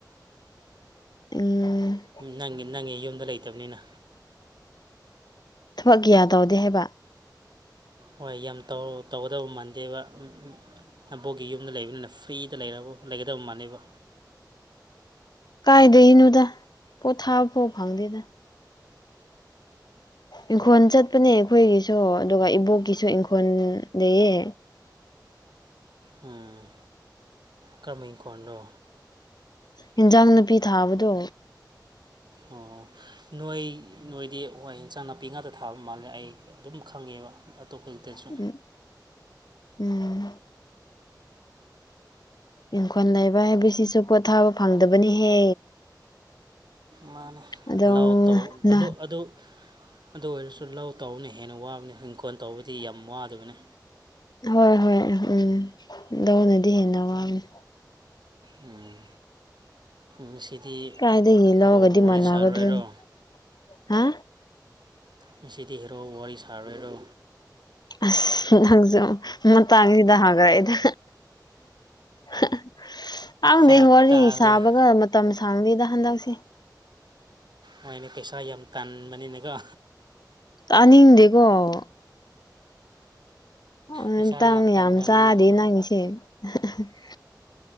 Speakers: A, on the left; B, on the right.
A: ꯎꯝ꯫
B: ꯅꯪꯒꯤ ꯅꯪꯒꯤ ꯌꯨꯝꯗ ꯂꯩꯇꯕꯅꯤꯅ꯫
A: ꯊꯕꯛ ꯀꯌꯥ ꯇꯧꯗꯦ ꯍꯥꯏꯕ
B: ꯍꯣꯏ ꯌꯥꯝ ꯇꯧ ꯇꯧꯒꯗꯕ ꯃꯥꯟꯗꯦꯕ ꯅꯕꯣꯛꯒꯤ ꯌꯨꯝꯗ ꯂꯩꯕꯅꯤꯅ ꯐ꯭ꯔꯤꯗ ꯂꯩꯔꯕꯣ ꯂꯩꯒꯗꯕ ꯃꯥꯟꯗꯦꯕ꯫
A: ꯀꯥꯏꯗꯩꯅꯣꯗ ꯄꯣꯊꯥ ꯐꯥꯎ ꯐꯪꯗꯦꯗ꯫ ꯏꯪꯈꯣꯜ ꯆꯠꯄꯅꯦ ꯑꯩꯈꯣꯏꯒꯤꯁꯨ ꯑꯗꯨꯒ ꯏꯕꯣꯛꯀꯤꯁꯨ ꯏꯪꯈꯣꯜ ꯂꯩꯌꯦ꯫
B: ꯎꯝ꯫ ꯀꯔꯝꯕ ꯏꯪꯈꯣꯟꯅꯣ꯫
A: ꯌꯦꯟꯖꯥꯡ ꯅꯥꯄꯤ ꯊꯥꯕꯗꯣ
B: ꯑꯣ ꯅꯣꯏ ꯅꯣꯏꯗꯤ ꯍꯣꯏ ꯏꯟꯁꯥꯡ ꯅꯥꯄꯤ ꯉꯥꯛꯇ ꯊꯥꯕ ꯃꯥꯜꯂꯦ ꯑꯩ ꯑꯗꯨꯝ ꯈꯪꯉꯦꯕ꯫ ꯑꯇꯣꯞꯄꯇꯁꯨ꯫
A: ꯎꯝ ꯎꯝ꯫ ꯏꯪꯈꯣꯟ ꯂꯩꯕ ꯍꯥꯏꯕꯁꯤꯁꯨ ꯄꯣꯊꯥꯕ ꯐꯪꯗꯕꯅꯤꯍꯦ꯫
B: ꯃꯥꯅꯦ
A: ꯑꯗꯨꯝ
B: ꯂꯥꯎ ꯇꯧ
A: ꯅ
B: ꯑꯗꯨ ꯑꯗꯨ ꯑꯗꯨ ꯑꯣꯏꯔꯁꯨ ꯂꯧ ꯇꯧꯕꯅ ꯍꯦꯟꯅ ꯋꯥꯕꯅꯤ ꯍꯤꯡꯈꯣꯜ ꯇꯧꯕꯗꯤ ꯌꯥꯝ ꯋꯥꯗꯕꯅꯤ
A: ꯍꯣꯏ ꯍꯣꯏ ꯎꯝ ꯂꯧꯅꯗꯤ ꯍꯦꯟꯅ ꯋꯥꯕꯅꯦ
B: ꯎꯝ ꯉꯁꯤꯗꯤ
A: ꯀꯥꯏꯗꯒꯤ
B: ꯍꯦꯔꯣꯕꯄ
A: ꯂꯧꯒꯗꯤ
B: ꯋꯥꯔꯤ
A: ꯃꯥꯟꯅꯒꯗ꯭ꯔꯣꯅꯦ
B: ꯁꯥꯔꯣꯏ ꯍꯥꯏꯔꯣ
A: ꯍꯥ
B: ꯉꯁꯤꯗꯤ ꯍꯦꯔꯣ ꯋꯥꯔꯤ ꯁꯥꯔꯣꯏꯔꯣ
A: ꯑꯁ ꯅꯪꯁꯨ ꯃꯇꯥꯡꯁꯤꯗ ꯍꯪꯉꯛꯑꯦꯗ <unintelligible> ꯈꯪꯗꯦ
B: ꯐꯔꯛ
A: ꯋꯥꯔꯤ
B: ꯇꯥꯕꯅꯤ
A: ꯁꯥꯕꯒ ꯃꯇꯝ ꯁꯥꯡꯗꯦꯗ ꯍꯟꯗꯛꯁꯦ꯫
B: ꯍꯣꯏꯅꯦ ꯄꯩꯁꯥ ꯌꯥꯝ ꯇꯥꯟꯕꯅꯦꯅꯀꯣ꯫
A: ꯇꯥꯅꯤꯡꯗꯦꯀꯣ <unintelligible> ꯃꯇꯥꯡ
B: ꯄꯩꯁꯥ ꯇꯥꯟꯈ꯭ꯔꯕꯅꯤꯅ
A: ꯌꯥꯝ ꯆꯥꯗꯦ ꯅꯪꯒꯤꯁꯦ <unintelligible>